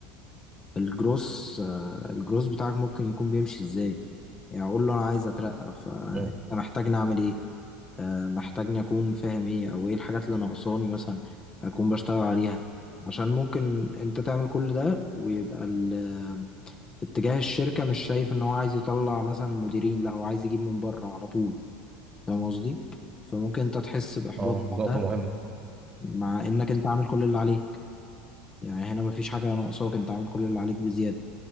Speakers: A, on the left; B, on the right.
A: الجروس آه، الجروس بتاعك ممكن يكون بيمشي ازاي يعني اقول له انا عايز اترقى فانت
B: مم.
A: محتاجني اعمل ايه آه، محتاجني اكون فاهم ايه او ايه الحاجات اللي ناقصاني مثلا اكون بشتغل عليها عشان ممكن انت تعمل كل ده ويبقى ال- آه، اتجاه الشركة مش شايف ان هو عايز يطلع مثلا مديرين لا هو عايز يجيب من بره على طول فاهم قصدي فممكن انت تحس باحباط
B: اه نقطة
A: بعدها
B: مهمة
A: مع انك انت عامل كل اللي عليك يعني هنا مفيش حاجة ناقصاك انت عامل كل اللي عليك بزيادة